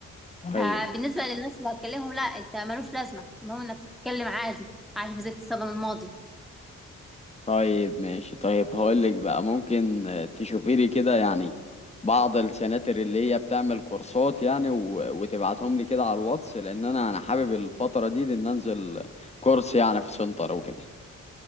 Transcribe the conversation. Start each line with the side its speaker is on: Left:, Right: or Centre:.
Left: ايوه
Centre: فبالنسبة للناس اللي هتكلمهم لا انت ملوش لازمة المهم انك تتكلم عادي عارف ازاي تستخدم الماضي
Left: طيب ماشي طيب هقول لك بقى ممكن آه، تشوفي لي كده يعني بعض السناتر اللي هي بتعمل كورسات يعني و... وتبعتهم لي كده على الواتس لان انا انا حابب الفترة دي, دي ان انزل كورس يعني في سنتر وكده